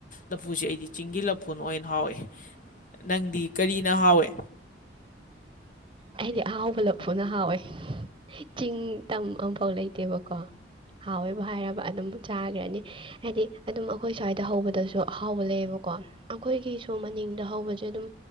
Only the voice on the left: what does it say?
ꯂꯐꯨꯁꯦ ꯑꯩꯗꯤ ꯆꯤꯡꯒꯤ ꯂꯐꯨꯅ ꯑꯣꯏꯅ ꯍꯥꯎꯋꯦ ꯅꯪꯗꯤ ꯀꯔꯤꯅ ꯑꯣꯏꯅ ꯍꯥꯎꯋꯦ꯫